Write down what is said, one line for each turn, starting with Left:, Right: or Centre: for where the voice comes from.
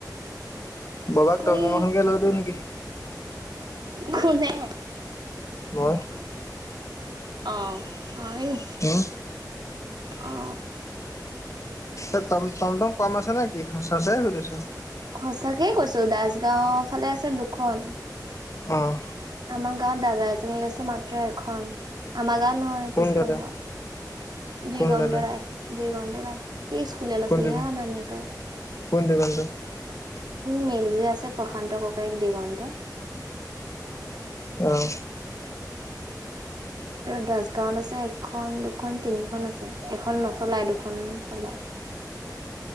Left: ববাক টমটম
Right: এই
Left: এখনকে লৈ দিওঁ নেকি?
Right: কোনে?
Left: মই।
Right: অ' হয়নি,
Left: উম
Right: অ'।
Left: এ, টমটম কম আছে নেকি, সচাই সুধিছোঁ?
Right: সঁচাকেই কৈছোঁ, দাচগাঁও ফালে আছে দুখন।
Left: অ'।
Right: আমাৰ গাঁৱত দাদা এজনে লৈছে মাত্ৰ এখন। আমাৰ দা নহয়
Left: কোন
Right: পিছখন
Left: দাদা
Right: গাঁৱত। দেগন্দ
Left: কোন দাদা
Right: ৰায় দেগন্দ ৰায়। সেই স্কুলে লৈছিলি
Left: কোন দিগন্ত
Right: হা নানীয়ে কয়।
Left: কোন দিগন্ত?
Right: উ, মেইল যে আছে প্ৰশান্ত ককায়েক দিগন্ত।
Left: অ'।
Right: আৰু দাচগাঁৱত আছে এখন দুখন তিনিখন আছে। এখন নচলাই দুখন চলাই। উ